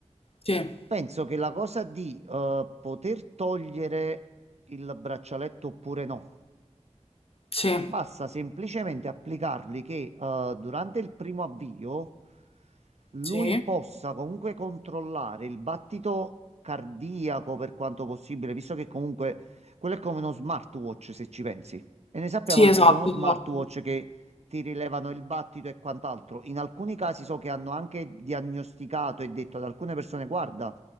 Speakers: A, on the left (about 55°); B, on the right (about 65°).
A: sì,
B: Penso che la cosa di eh, poter togliere il braccialetto oppure no.
A: sì,
B: Basta semplicemente applicarli che eh, durante il primo avvio lui
A: sì,
B: possa comunque controllare il battito cardiaco per quanto possibile, visto che comunque quello è come uno smartwatch se ci pensi. E ne sappiamo
A: sì, esatto,
B: che ci sono smartwatch
A: esatto.
B: che ti rilevano il battito e quant'altro. In alcuni casi so che hanno anche diagnosticato e detto ad alcune persone: guarda,